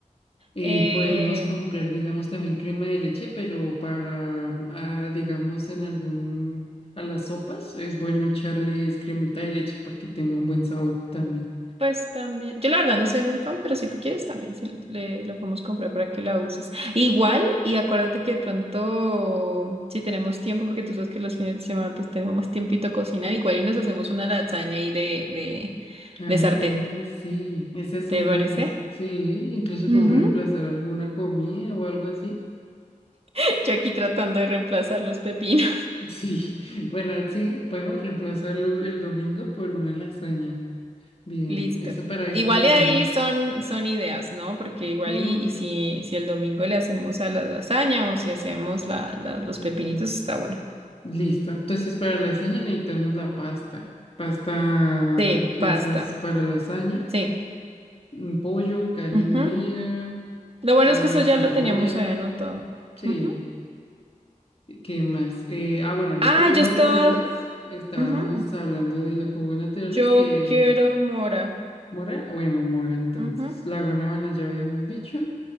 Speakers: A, on the left; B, on the right.
A: Eh,
B: eh,
A: podemos comprar, digamos, también crema de leche, pero para, ah, digamos, en algún, a las sopas es bueno echarles cremita de leche para que tenga un buen sabor también.
B: Pues también, yo la verdad no soy muy fan, pero si tú quieres también se le, lo podemos comprar para que la uses. Igual, y acuérdate que de pronto, si tenemos tiempo, porque tú sabes que los fines de semana pues tenemos más tiempito a cocinar, igual y nos hacemos una lasaña ahí de, de,
A: Ah,
B: de sartén.
A: sí, esas son
B: ¿Te parece?
A: buenas. Sí, incluso
B: Ujú.
A: podemos reemplazar alguna comida o algo así.
B: <laughs> Yo aquí tratando de reemplazar los pepinos.
A: Sí, <laughs> bueno, sí, podemos reemplazarlo el domingo por una lasaña.
B: <laughs>
A: Bien,
B: Listo.
A: eso para eso
B: Igual
A: necesitamos.
B: y ahí son, son ideas, ¿no? Porque
A: mm,
B: igual y, y si, si el domingo le hacemos a la lasaña o si hacemos la, la- los pepinitos, está bueno.
A: Listo. Entonces, para lasaña necesitamos la pasta. Pasta,
B: Sí,
A: esas
B: pasta.
A: para lasaña.
B: Sí.
A: Un pollo, carne
B: Ujú.
A: molida,
B: Lo bueno
A: ah,
B: es que eso ya
A: zanahoria.
B: lo teníamos ahí anotado.
A: Sí.
B: Ujú.
A: ¿Qué más? Eh, ah, bueno, los
B: Ah,
A: jugos
B: yo
A: naturales.
B: estaba.
A: Estábamos
B: ujú.
A: hablando de los jugos naturales
B: Yo
A: que...
B: quiero mora.
A: Mora, bueno, mora entonces.
B: Ujú,
A: La guanábana ya habíamos dicho.